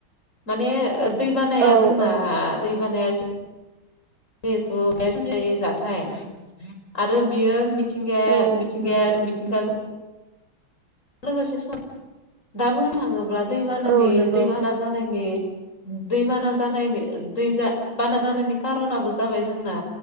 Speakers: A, on the left; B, on the right.
A: माने दै बानाया
B: औ
A: जोंना
B: औ
A: दै बानाया जिहेथु बे <unintelligible> जाथाय आरो बियो मिथिंगा
B: औ
A: मिथिंगा
B: नंगौ
A: मिथिंगायजों लोगोसे सम दा बुंनो थाङोब्ला दैबानानि
B: औ नंगौ
A: दैबाना जानायनि दै बाना जानायनि दै बाना जानायनि खारनाबो जाबाय जोंना